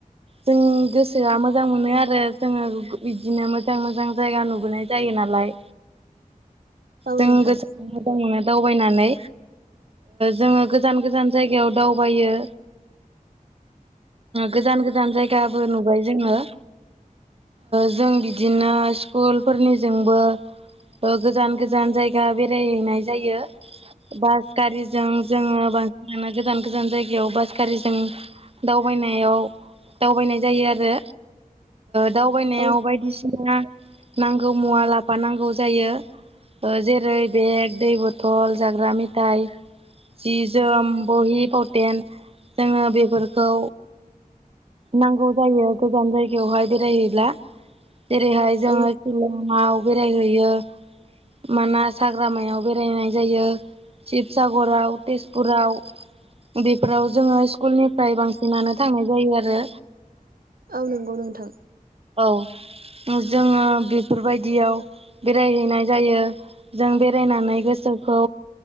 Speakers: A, on the right; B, on the right.
A: जों गोसोआ मोजां मोनो आरो जोङो बिदिनो मोजां मोजां जायगा नुबोनाय। जायो नालाय
B: औ
A: जों
B: नोंथां
A: गोस मोजां मोनो दावबायनानै जोङो गोजान गोजान जायगायाव दावबायो। गोजान गोजान जायगाबो नुबाय जोङो। जों बिदिनो स्कुलफोरनिजोंबो गोजान गोजान जायगा बेरायहैनाय जायो बास गारिजों जोङो बांसिनानो गोजान गोजान जायगायाव बास गारिजों दावबायनायाव दावबायनाय जायो आरो। दावबायनायाव
B: औ
A: बायदिसिना नांगौ मुवा लाफा नांगौ जायो जेरै बेग दै बथल जाग्रा मेथायाइ जि जोम बहि फावथेन जोङो बेफोरखौ नांगौ जायो गोजान जायगायावहाय बेरायहैब्ला जेरैहाय जोङो।
B: औ
A: सिलङाव बेरायहैयो माना हाग्रामायाव बेरायनाय जायो शिबसागराव तेजपुराव बेफोराव जोङो स्कुलनिफ्राय बांसिनानो थांनाय जायो आरो।
B: औ नंगौ नोंथां।
A: औ जोङो बेफोरबायदियाव बेरायहैनाय जायो। जों बेरायनानै गोसोखौ